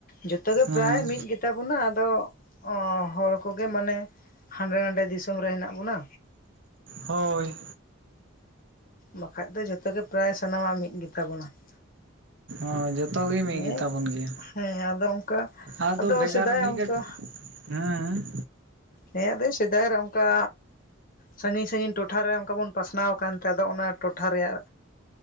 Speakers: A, on the left; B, on the right.
A: ᱡᱚᱛᱚ ᱜᱮ
B: ᱦᱮᱸ
A: ᱯᱨᱟᱭ ᱢᱤᱫ ᱜᱮ ᱛᱟᱵᱚᱱᱟ ᱟᱫᱚ ᱦᱚᱲ ᱠᱚᱜᱮ ᱢᱟᱱᱮ ᱦᱟᱸᱰᱮ ᱱᱟᱰᱮ ᱫᱤᱥᱚᱢ ᱨᱮ ᱦᱮᱱᱟᱜ ᱵᱚᱱᱟ᱾
B: ᱦᱳᱭ᱾
A: ᱵᱟᱠᱷᱟᱡ ᱫᱚ ᱡᱚᱛᱚ ᱜᱮ ᱯᱨᱟᱭ ᱥᱟᱱᱟᱢᱟᱜ ᱢᱤᱫ ᱜᱮ ᱛᱟᱵᱚᱱᱟ ᱾
B: ᱚ ᱡᱚᱛᱚ ᱜᱮ ᱢᱤᱫ
A: ᱦᱮᱸ
B: ᱜᱮ ᱛᱟᱵᱚᱱ ᱜᱮᱭᱟ,
A: ᱦᱮᱸ ᱟᱫᱚ ᱚᱱᱠᱟ
B: ᱟᱫᱚ ᱵᱷᱮᱜᱟᱨ
A: ᱥᱮᱫᱟᱭ
B: ᱢᱤᱫ
A: ᱚᱱᱠᱟ
B: ᱦᱩᱸ ᱾
A: ᱦᱮᱸ ᱟᱫᱚ ᱥᱮᱫᱟᱭ ᱨᱮ ᱚᱱᱠᱟ ᱥᱟᱺᱜᱤᱧ ᱥᱟᱺᱜᱤᱧ ᱴᱚᱴᱷᱟ ᱨᱮ ᱚᱱᱠᱟ ᱵᱚᱱ ᱯᱟᱥᱱᱟᱣ ᱟᱠᱟᱱ ᱛᱮ ᱟᱫᱚ ᱚᱱᱟ ᱴᱚᱴᱷᱟ ᱨᱮᱭᱟᱜ